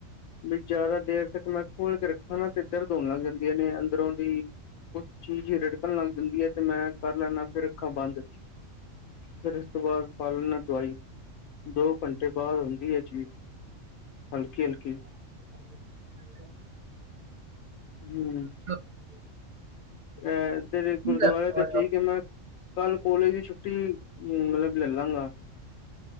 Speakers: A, on the left; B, on the right.
A: ਵੀ ਜ਼ਿਆਦਾ ਦੇਰ ਤੱਕ ਮੈਂ ਖੋਲ ਕੇ ਰੱਖਾਂ ਨਾ ਤੇ ਦਰਦ ਹੋਣ ਲੱਗ ਜਾਂਦੀਆਂ ਨੇ ਅੰਦਰੋਂ ਦੀ। ਚੀਜ਼ ਰੜਕਣ ਲੱਗ ਜਾਂਦੀ ਐ ਤੇ ਮੈਂ ਕਰ ਲੈਦਾ ਫਿਰ ਅੱਖਾਂ ਬੰਦ। ਫਿਰ ਇਸ ਤੋਂ ਬਾਅਦ ਪਾ ਲੈਣਾ ਦਵਾਈ ਦੋ ਘੰਟੇ ਬਾਅਦ ਹੁੰਦੀ ਐ ਚੀਜ਼। ਹਲਕੀ ਹਲਕੀ।
B: <inaudible>
A: ਹੂੰ,
B: <inaudible>
A: ਅਹ <unintelligible> ਗੁਰਦੁਆਰੇ
B: ਯਾਰ,
A: ਤੇ ਠੀਕ ਐ ਮੈਂ ਕੱਲ ਕੋਲੇਜ ਦੀ ਛੁੱਟੀ ਮਤਲਬ ਲੈ ਲਾਂਗਾ।